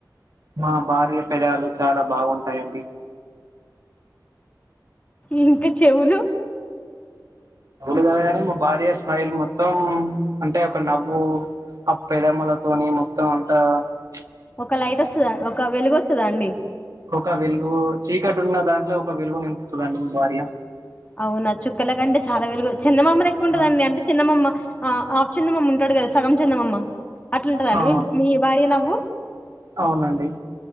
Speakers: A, on the right; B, on the left.
A: మా భార్య పెదాలు చాలా బాగుంటాయండి
B: ఇంక చెవులు
A: <inaudible> కాని మా భార్య స్మైల్ మొత్తం అంటే ఒక నవ్వు ఆ పెదమ్మలతోని మొత్తం అంత ప్చ్
B: ఒక లైటొస్తద ఒక వెలుగొస్తదా అండి
A: ఒక వెలుగు చీకటి ఉన్న దాంట్లో ఒక వెలుగు నింపుతదండి నా భార్య
B: అవునా చుక్కల కంటే చాలా వెలుగ చందమామా లెక్కుంటద్దా
A: ఆ
B: అండి అంటే చందమామా ఆ చందమామా ఉంటడు సగం చందమామ అట్లుంటదా అన్న
A: ఆ
B: మీ భార్య నవ్వు
A: అవునండి